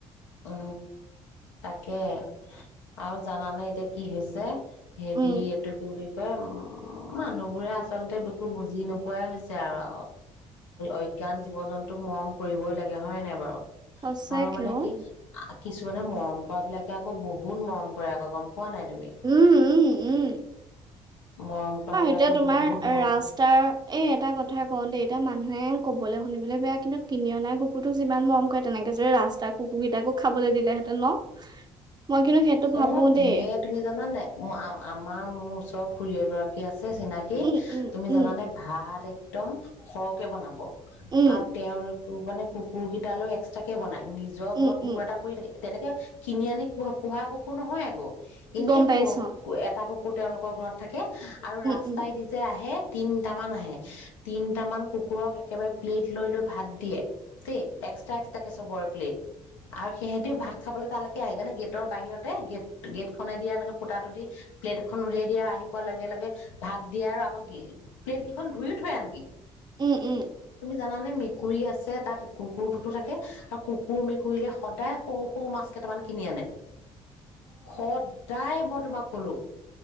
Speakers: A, on the left (about 80°); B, on the right (about 25°).
A: উ, তাকে আৰু জানানে এতিয়া কি হৈছে? হেৰি
B: উম
A: এইটো কি বুলি উম, মানুহ বোৰে আচলতে একো বুজি নোপোৱাই হৈছে আৰু অজ্ঞান জীৱ জন্তুক মৰম কৰিবই লাগে হয়, নাই বাৰু?
B: সঁচাকে
A: আৰু মানে
B: অ'।
A: কি কিছুমানে মৰম কৰা বিলাকে আকৌ বহুত মৰম কৰে আকৌ গম পোৱা নাই তুমি
B: উম, উম, উম।
A: মৰম কৰা
B: অ',
A: বিলাকে
B: এতিয়া তোমাৰ
A: বহুত মৰম
B: ৰাস্তাৰ এই এটা কথা কওঁ দেই এতিয়া মানুহে ক কবলৈ শুনিবলৈ বেয়া কিন্তু কিনি অনা কুকুৰতোক যিমান মৰম কৰে, তেনেকে যদি ৰাস্তা কুকু কেইটাকো খাবলৈ দিলেহেঁতেন ন? মই কিন্তু সেইটো ভাবো
A: অ', দিয়ে
B: দেই
A: তুমি জানানে নে নাই আমা-আমাৰ মোৰ ওচৰ খুৰি এগৰাকী আছ আছে চিনাকি
B: উম উম
A: তুমি জানানে
B: উম
A: ভাত এক একদম সৰহকে বনাব
B: উম
A: আ, তেওঁয়ালোক মানে কুকুৰ কেইটালৈ এক্সট্ৰাক কে বনায় নিজৰ ঘৰত
B: উম
A: কুকুৰ
B: উম
A: এটা পৰি থাকে তেনেকে কিনি আনি কোৱা পুহা কুকুৰ নহয় আকৌ। এনেই
B: গম পাইছ
A: ক
B: উম
A: এটা কু তেওঁলোকৰ ঘৰত থাকে আৰু ৰাস্তাইদি
B: উম
A: যে, আহে তিনটামান আহে তিন দুটামান কুকুৰক একেবাৰে প্লেট লৈ, লৈ ভাত দিয়ে। <unintelligible> এক্সট্ৰা, এক্সট্ৰা চবৰ প্লেট আৰু সিহঁতিও ভাত খাবলৈ তাল পালে <unintelligible> গেট গেটৰ বাহিৰতে গেট গেট খনে দিয়া এনেকে ফুতাটো দি প্লেট এখন উলিয়াই দিয়া আহি পোৱাৰ লগে লগে ভাত দিয়া আৰু আকৌ প্লেট কেইখন ধুইয়ো থৈ আনকি।
B: উম উম।
A: জানে মেকুৰী আছে তাত কুকুৰটোতো থাকে আৰু কুকুৰ মেকুৰীলে সদায় সৰু সৰু মাছ কেইটামান কিনি আনে। সদায় তোমাক কলো